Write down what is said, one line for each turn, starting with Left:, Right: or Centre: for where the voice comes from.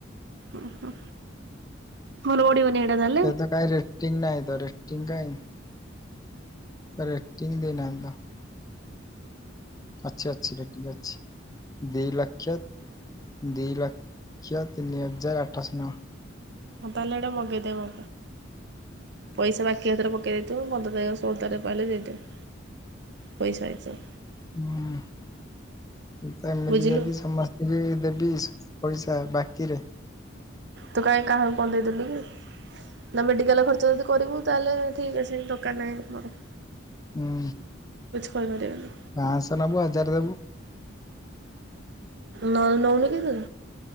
Right: ଓହୋ। ମୋର ଓଡ଼ି ବନି ହେଇଟା ତାହାଲ
Left: ସେତ ଙ୍କାଇରେ। ଟିଙ୍କ୍ ନାଇଁ ଦରେ ଟିଙ୍କ୍ ନାଇଁ ରେଟିଙ୍କ୍ ଦେଇନାହି ତ। ଅଛି ଅଛି ରେଟିଙ୍ଗି ଅଛି ଠିକ ଅଛି ଦି ଲକ୍ଷ। ଦିଇ ଲକ୍ଷ ତିନି ହଜାର ଆଠଶ ନଅ।
Right: ହଉ ତାଲେ ଏଟା ମଗେଇଦେବ। ପଇସ ବାକି ହାତରେ ପକେଇ ଦେଇଥିବୁ ପନ୍ଦର ତରିଖ ଷୋଳ ତାରିଖ ପାଇଲେ ଦେଇଦେବି। ପଇସା ହିସାବ।
Left: ହୁଁ ମୁଁ ତ ଏମ
Right: ବୁଝିଲୁ
Left: ବି ଯବି ସମା। ଟିକେ ଦେବି ପଇସା ବାକିରେ।
Right: ତୁ କାହିଁ କାହାକୁ କଣ ଦେଇଦେଲି କି। ନା ମେଡିକାଲ ଖର୍ଚ୍ଚ ଯଦି କରିବୁ ତାହେଲେ ଠିକ୍ ଅଛି ଦୋକାନେ ଆମର।
Left: ହୁଁ
Right: କହିପାରିବିନି।
Left: ପାଞ୍ଚଶ ନବୁ ହଜାରେ ଦବୁ।
Right: ନ ନଉନି କେତେ।